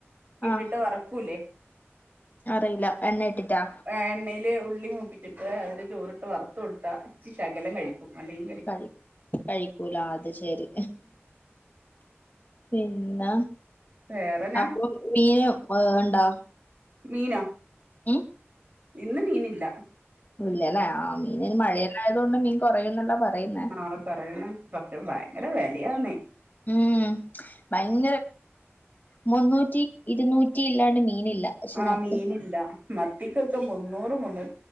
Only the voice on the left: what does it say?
ആഹ
അറിയില്ല എണ്ണ ഇട്ടിട്ടാ
കഴി കഴിക്കൂല അത് ശരി പിന്ന
അപ്പൊ മീന ഏഹ് ണ്ടാ
മ്
ഇല്ലല്ലേ ആ മീൻന് മഴയല്ലായത് കൊണ്ട് മീൻ കുറയുംന്നല്ല പറയുന്നേ
ഊം ഭയങ്ങര മുന്നൂറ്റി ഇരുന്നൂറ്റി ഇല്ലാണ്ട് മീനില്ല. പക്ഷെ
നമ്മള്